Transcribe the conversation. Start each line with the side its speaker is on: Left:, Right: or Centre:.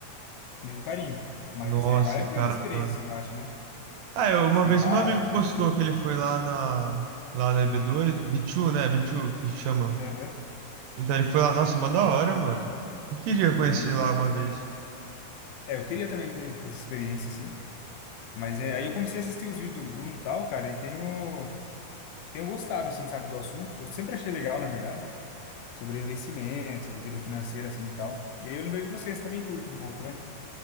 Left: Meio carinho. Mas
Right: Nossa,
Left: é, vale
Right: é
Left: a pena
Right: caro,
Left: a experiência,
Right: mano.
Left: assim, eu acho, né?
Right: Ah, eu, uma
Left: Sei
Right: vez
Left: lá,
Right: meu amigo
Left: conhecer.
Right: postou que ele foi lá na lá na b dois B2, né? B2 que chama
Left: Aham.
Right: Então ele foi lá, nossa, mó da hora, mano. Eu queria conhecer
Left: É, então.
Right: lá uma vez.
Left: É, eu queria também ter, ter essa experiência, assim. Mas é, aí eu comecei a assistir os vídeos do Bruno e tal, cara, e tenho. tenho gostado, assim, sabe, do assunto. Eu sempre achei legal, na verdade, sobre investimento, sobre vida financeira, assim, e tal. E aí eu lembrei de vocês, também curtem um pouco, né?